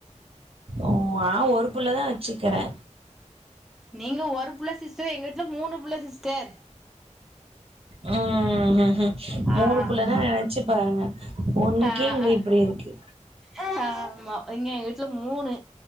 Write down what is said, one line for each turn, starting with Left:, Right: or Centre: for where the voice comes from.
Right: ஓ ஆ ஒரு புள்ளதா வச்சுக்குறே
Centre: நீங்க ஒரு புள்ள சிஸ்டர் எங்க வீட்ல மூணு புள்ள சிஸ்டர்
Right: ம் ம் ஹும் ம் மூணு
Centre: ஆ ஆமா
Right: புள்ளன்னா நெனச்சு பாருங்க ஒண்ணுக்கே
Centre: ஆ
Right: இங்க
Centre: அ
Right: இப்டி இருக்கு
Centre: ஆ ஆமா இங்க எங்க வீட்ல மூணு